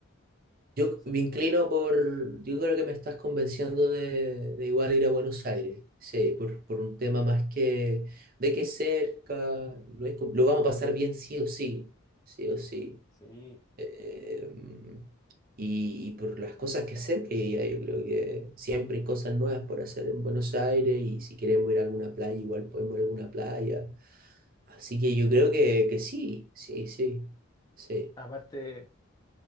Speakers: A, on the right; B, on the left.
A: Yo
B: No sé,
A: me inclino por. Yo creo que me estás convenciendo de, de igual ir a Buenos Aires. Sí, por, por un tema más que de que es cerca, no es com- lo vamos a pasar bien sí o sí. Sí o sí.
B: Sí.
A: Eh, y, y por las cosas que hacer que hay allá, yo creo que siempre hay cosas nuevas por hacer en Buenos Aires. Y si queremos ir a alguna playa, igual podemos ir a alguna playa. Así que yo creo que, que sí, sí, sí, sí.
B: Aparte.